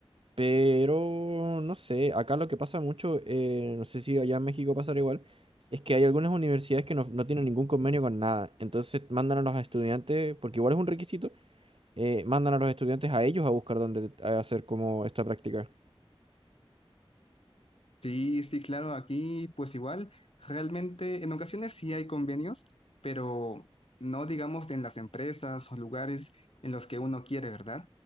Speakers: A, on the right; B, on the left.
A: Pero, no sé, acá lo que pasa mucho, eh, no sé si allá en México pasará igual, es que hay algunas universidades que no, no tienen ningún convenio con nada. Entonces mandan a los estudiantes, porque igual es un requisito, eh, mandan a los estudiantes a ellos a buscar dónde eh, hacer como esta práctica.
B: Sí, sí, claro, aquí pues igual, realmente en ocasiones sí hay convenios, pero no digamos en las empresas o lugares en los que uno quiere, ¿verdad?